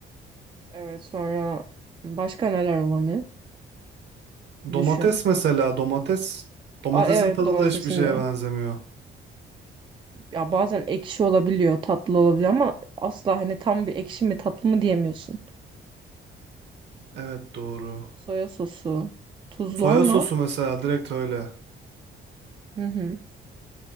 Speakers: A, on the right (about 25°); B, on the right (about 60°).
A: Evet sonra başka neler umami?
B: Domates
A: Düşün.
B: mesela domates. Domatesin
A: Aa, evet
B: tadı
A: domatesin
B: da hiçbir şeye
A: de.
B: benzemiyor.
A: Ya bazen ekşi olabiliyor, tatlı olabiliyor ama asla hani tam bir ekşi mi tatlı mı diyemiyorsun.
B: Evet doğru.
A: Soya sosu, tuzlu
B: Soya
A: ama
B: sosu mesela direkt öyle.
A: hı hı.